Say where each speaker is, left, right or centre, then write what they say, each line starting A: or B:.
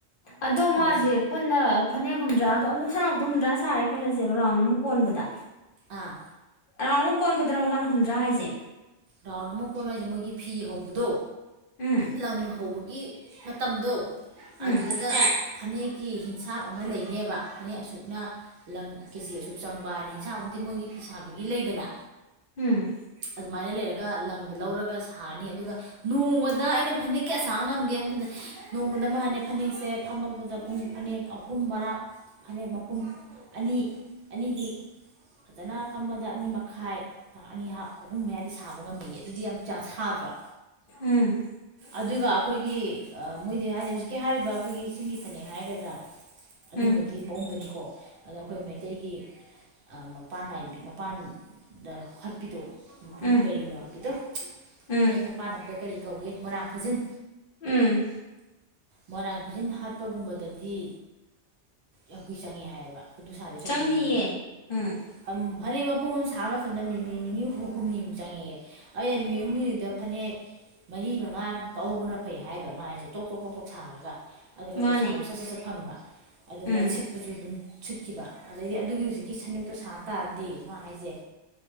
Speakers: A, on the left (about 55°); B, on the right (about 70°).
A: ꯑꯗꯣ
B: ꯐꯅꯦꯛꯁꯦ
A: ꯃꯥꯁꯦ ꯄꯨꯟꯅ ꯐꯅꯦꯛ ꯍꯨꯝꯗ꯭ꯔꯥ ꯑꯗꯣ ꯑꯃꯨꯛ ꯁꯥꯕꯗꯣ ꯍꯨꯝꯗ꯭ꯔꯥ ꯁꯥꯔꯦ ꯈꯜꯂꯁꯦꯕ ꯔꯥꯎꯟ ꯑꯃ ꯀꯣꯟꯕꯗ
B: ꯑꯥ
A: ꯔꯔꯥꯎꯟ ꯑꯃꯨꯛ ꯀꯣꯟꯕꯗ꯭ꯔꯕ ꯃꯥꯅ ꯍꯨꯝꯗ꯭ꯔꯥ ꯍꯥꯏꯁꯦ
B: ꯔꯥꯎꯟ ꯑꯃ ꯀꯣꯏ ꯍꯥꯏ ꯍꯥꯏꯁꯦ ꯃꯣꯏꯒꯤ ꯐꯤ ꯍꯧꯕꯗꯣ
A: ꯎꯝ
B: ꯂꯪ ꯍꯧꯕꯒꯤ ꯃꯇꯝꯗꯣ
A: ꯎꯝ
B: ꯑꯗꯨꯗꯨꯗ ꯐꯅꯦꯛ ꯀꯤ ꯍꯤꯡꯁꯥꯞ ꯑꯃ ꯂꯩꯅꯦꯕ ꯐꯅꯦꯛ ꯑꯁꯨꯛꯅ ꯂꯪ ꯀꯦꯖꯤ ꯑꯁꯨꯛ ꯆꯪꯕ ꯍꯥꯏꯅ ꯍꯤꯡꯁꯥꯞ ꯑꯃꯗꯤꯝ ꯃꯣꯏꯒꯤ ꯐ ꯁꯥꯕꯤꯒꯤ ꯂꯩꯗꯅ
A: ꯎꯝ
B: ꯑꯗꯨꯃꯥꯏꯅ ꯂꯩꯔꯒ ꯪꯗ ꯂꯧꯔꯒ ꯁꯥꯔꯅꯤ ꯑꯗꯨꯒꯣꯡꯃꯗ ꯑꯩꯅ ꯐꯅꯦꯛ ꯀꯌꯥ ꯁꯥꯕ ꯉꯝꯒꯦ ꯍꯥꯏ ꯗ ꯃꯥꯦ ꯐꯅꯦꯛꯁꯦ ꯐꯝꯃꯕꯗ ꯄꯨꯡ ꯐꯅꯦꯛ ꯑꯍꯨꯝ ꯃꯔꯥꯛ ꯐꯅꯦꯛ ꯃꯄꯨꯝ ꯑꯅꯤ ꯑꯅꯤꯗꯤ ꯐꯖꯅ ꯐꯝꯃꯗ ꯑꯅꯤ ꯃꯈꯥꯏ ꯑꯅꯤ ꯍꯥꯞ ꯑꯍꯨꯝ ꯃꯌꯥꯗꯤ ꯁꯥꯕ ꯐꯕ ꯉꯝꯃꯤꯌꯦ ꯑꯗꯨꯗꯤ ꯌꯥꯝ ꯆꯥꯊꯥꯗ꯭ꯔꯣ
A: ꯎꯝ
B: ꯑꯗꯨꯒ ꯑꯩꯈꯣꯏꯒꯤ ꯃꯣꯏꯗꯤ ꯍꯥꯏꯗꯤ ꯍꯧꯖꯤꯛꯀꯤ ꯍꯥꯏꯔꯤꯕ ꯑꯩꯈꯣꯏꯒꯤ ꯆꯤꯡꯒꯤ ꯐꯅꯦꯛ ꯍꯥꯏꯒꯗ꯭ꯔꯥ ꯑꯗꯨꯝꯕꯒꯤ
A: ꯎꯝ
B: ꯃꯑꯣꯡꯗꯅꯤꯀꯣ ꯑꯗ ꯑꯩꯈꯣꯏ ꯃꯩꯇꯩꯒꯤ ꯃꯄꯥꯟ ꯅꯥꯏꯕꯤ ꯃꯄꯥꯟꯗ ꯍꯠꯄꯤꯗꯣꯨꯡ
A: ꯎꯝ ꯎꯝ
B: ꯀꯔꯤꯅꯣ ꯍꯥꯞꯄꯤꯗꯣ
A: ꯎꯝ
B: ꯐꯅꯦꯛꯛꯇ ꯄꯥꯟꯅꯕꯗ ꯀꯔꯤ ꯀꯧꯒꯦ ꯃꯣꯏꯨꯔꯥꯡ ꯐꯖꯤꯟ
A: ꯎꯝ
B: ꯃꯣꯏꯔꯥꯡ ꯐꯤꯖꯤꯟ ꯍꯥꯠꯄꯒꯨꯝꯕꯗꯗꯤ ꯌꯥꯝꯨꯏ ꯆꯪꯉꯦ ꯍꯥꯏꯌꯦꯕ ꯑꯗꯨ ꯁꯥꯗꯩ ꯆꯛꯄꯨꯗꯤ
A: ꯆꯪꯅꯤꯌꯦ ꯎꯝ
B: ꯑ ꯐꯅꯦꯛ ꯃꯄꯨꯝ ꯑꯃ ꯁꯥꯕ ꯃꯇꯝꯗ ꯅꯨꯃꯤꯠ ꯅꯤꯅꯤ ꯍ ꯍꯨꯝꯅꯤꯃꯨ ꯆꯪꯉꯛꯑꯦ ꯑꯩꯅ ꯅꯨꯃꯤꯠꯨꯝ ꯃꯤꯗꯨꯗ ꯐꯅꯦꯛ ꯃꯔꯤ ꯃꯉꯥ ꯀꯛꯧꯕꯅ ꯐꯩ ꯍꯥꯏꯕ ꯃꯥꯥꯏꯁꯦ ꯇꯣꯛ ꯇꯣꯛ ꯇꯣꯛ ꯇꯣꯛ ꯁꯥꯥꯡꯉꯒ ꯑꯗꯨꯒ
A: ꯃꯥꯅꯦ
B: ꯄꯩꯁꯥꯁꯨ ꯁꯠ ꯁꯠ ꯁꯠ ꯐꯪꯕ ꯑꯗꯨꯒ
A: ꯎꯝ
B: ꯁꯤꯠꯄꯁꯨ ꯑꯗꯨꯝ ꯁꯤꯠꯈꯤꯕ ꯑꯗꯩꯗꯤ ꯑꯗꯨꯒꯤ ꯍꯧꯖꯤꯛꯀꯤ ꯁꯟꯌꯨꯛꯇ ꯁꯥꯇꯥꯥꯔꯗꯤ ꯃꯥ ꯍꯥꯏꯁꯦ